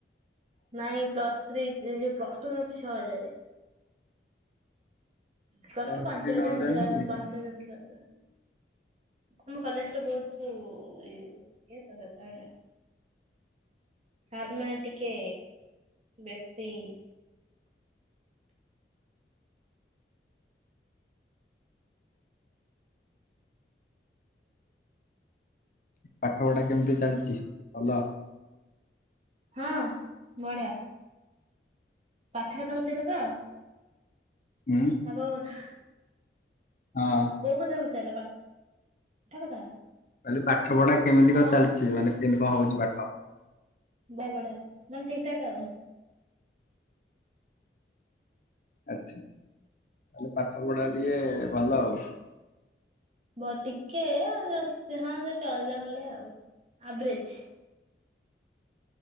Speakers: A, on the right (about 35°); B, on the left (about 45°).
A: ନାଇଁ ପ୍ଲସ ଥ୍ରୀ ଯୋଉ ପ୍ଲସ ଟୁ ନୋଉଚି ଛଅ ହଜାରେ। ପ୍ଲସ
B: ଦଶ
A: ଟୁ ପାଞ୍ଚ
B: କି
A: ହଜାର
B: ନଅ
A: ନା ଯା
B: ନୁହଁ କି
A: ପାଞ୍ଚ ହଜାର ଛଅ ହ। ଆମ କଲେଜ ଟା ବହୁତ ଇଏ ତ ସେଇଥି <unintelligible> ଟିକେ ବେଶୀ।
B: ପାଠ ପଢା କେମିତି ଚାଲିଚି? ଭଲ।
A: ହଁ ବଢିଆ। ପାଠ କଥା ପଚାରିଲେ ତ?
B: ଉଁ।
A: <unintelligible>
B: ହଁ।
A: କୋଉ କଥା ପଚାରିଲ ପାଠ କଥା?
B: କଇଲି ପାଠ ପଢା କେମିତି
A: ହଁ
B: କଣ ଚାଲିଚି,
A: ହଁ
B: ମାନେ କେମିତି କଣ ହଉଚି ପାଠ?
A: ବା ବଢିଆ ମାନେ ଠିକ୍ ଠାକ୍ ଆଉ।
B: ଆଛା, ତାହେଲେ ପାଠ ପଢା ଟିକେ ଭଲ ଆଉ।
A: ବ ଟିକେ ଜଷ୍ଟ ହଁ ସେ ଚଳିଲା ଭଳିଆ ଆଉ ଆଭରେଜ।